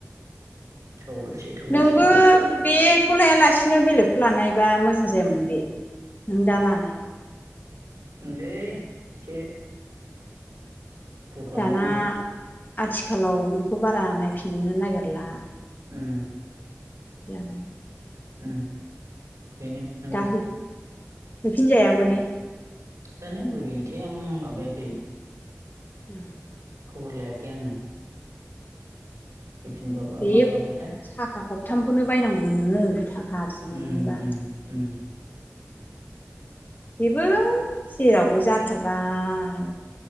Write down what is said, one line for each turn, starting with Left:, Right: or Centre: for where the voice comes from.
Right: थौवलसे थौवलसेनो
Left: नोंबो बे बेखौ लायालासिनो बेलेगखौ लानायबा मोजां जायामोन बे नों दा लानाया।
Right: ओंलै एसे फेल खालामबाय
Left: दाना
Right: आङो
Left: आथिखालाव बेखौ बारा नायफिनो नागिरला।
Right: ओम।
Left: <inaudible>
Right: ओम बिनो नंगौ।
Left: दा हैफिनजायाबो ने
Right: जानो बोरैथाय आं माबायाखै
Left: <inaudible>
Right: खबर लायाखै आङो। फैफिनबाबो
Left: बे
Right: मा खालामगोनथाय
Left: साखा खबथामखौनो बायनांगौमोन नोङो। थाखा आरजिनोमोनबा
Right: ओम ओम ओम
Left: बेबो जेरावबो जाथारबाय।